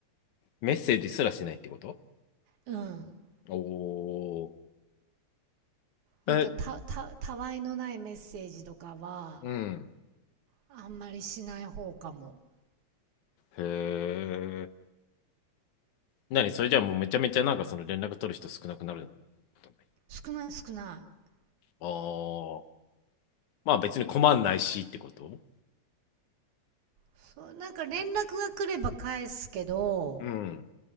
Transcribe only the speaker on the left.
メッセージすらしないってこと
おおー。
え、うん。
へえ。何それじゃあもうめちゃめちゃなんかその連絡取る人少なくなることない。
ああ。まあ別に困んないしってこと
うん。